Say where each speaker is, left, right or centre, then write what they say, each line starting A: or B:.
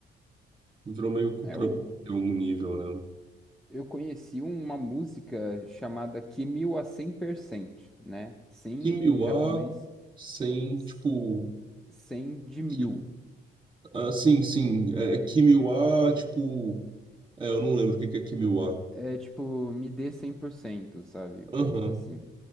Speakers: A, on the right; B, in the centre.
A: Virou meio cultura
B: É, eu,
A: pop em algum nível, né?
B: eu conheci uma música chamada Kimil a 100%, né? cem
A: Kimiwa,
B: em japonês,
A: sem,
B: s-
A: tipo,
B: 100 de mil.
A: Kim... Ah, sim, sim, é, Kimiwa, tipo, é, eu não lembro o que que é Kimiwa.
B: É tipo, me dê cem por cento sabe? Coisas
A: Aham,
B: assim.